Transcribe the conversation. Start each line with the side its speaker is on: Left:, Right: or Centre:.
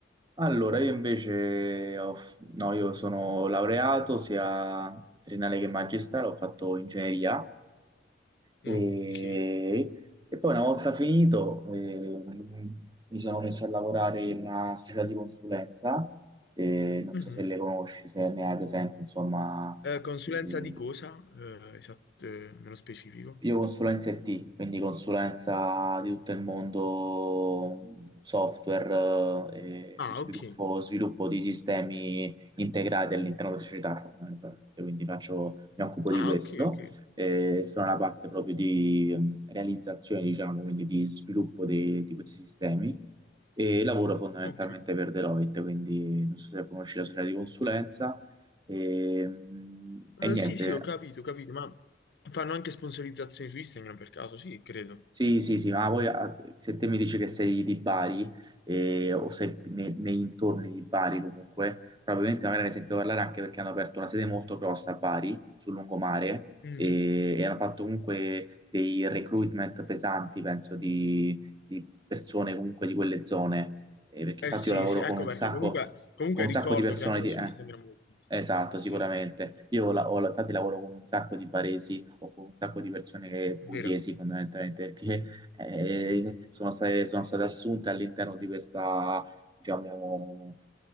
Right: Allora, io invece, ho f- no, io sono laureato sia triennale che magistrale, ho fatto ingegneria e,
Left: Ok.
Right: e poi una volta finito eh, mi sono messo a lavorare in una società di consulenza, eh, non
Left: Mhm.
Right: so se le conosci, se ne hai presente, insomma,
Left: Eh, consulenza
Right: eh,
Left: di cosa? Eh, esatto, eh, nello specifico.
Right: Io consulenza IT, quindi consulenza di tutto il mondo software eh,
Left: Ah,
Right: e sviluppo,
Left: ok.
Right: sviluppo di sistemi integrati all'interno della società, fondamentalmente. quindi faccio- mi occupo
Left: Ah,
Right: di questo.
Left: ok, ok.
Right: eh, sono la parte proprio di mh, realizzazione, diciamo, quindi di sviluppo dei- di questi sistemi e lavoro fondamentalmente
Left: Ok.
Right: per Deloitte, quindi non so se conosci la società di consulenza. E, mh, e
Left: Eh,
Right: niente,
Left: sì, sì, ho capito, ho capito, ma fanno anche sponsorizzazioni su Instagram per caso, sì, credo.
Right: Sì, sì, sì, ma voi ah, se te mi dici che sei di Bari eh, o sei ne- nei intorni di Bari comunque, probabilmente magari ne sento parlare anche perché hanno aperto una sede molto grossa a Bari, sul lungomare,
Left: Mm.
Right: e, e hanno fatto comunque dei recruitment pesanti, penso, di, di persone comunque di quelle zone, Eh, perché
Left: Eh
Right: infatti
Left: sì,
Right: io lavoro
Left: sì, ecco
Right: con un
Left: perché
Right: sacco,
Left: comunque, comunque
Right: con un
Left: ricordo
Right: sacco di persone
Left: che almeno
Right: di...
Left: su
Right: eh,
Left: Instagram l'ho visto.
Right: esatto, sicuramente.
Left: Sì, sì.
Right: Io ho, la- ho- infatti lavoro con un sacco di baresi o con un sacco di persone che-
Left: vero.
Right: pugliesi fondamentalmente che eh, sono state, sono state assunte all'interno di questa, diciamo,